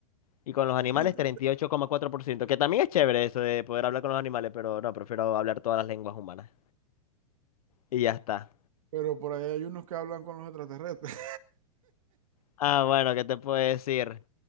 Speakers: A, on the left; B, on the right.
A: Y con los animales,
B: Entend-
A: treinta y ocho coma cuatro por ciento que también es chévere eso de poder hablar con los animales, pero no, prefiero hablar todas las lenguas humanas. Y ya está.
B: Pero por ahí hay unos que hablan con los extraterrestres.
A: Ah, bueno, ¿qué te puedo decir?